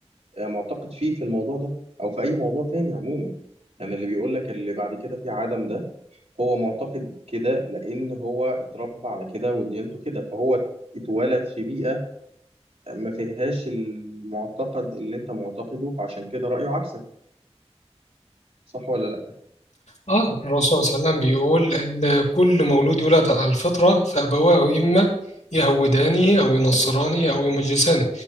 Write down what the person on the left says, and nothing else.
اه الرسول صلى الله عليه وسلم بيقول ان كل مولود يولد على الفطرة فأبواه إما يهودانه أو ينصرانه أو يمجسانه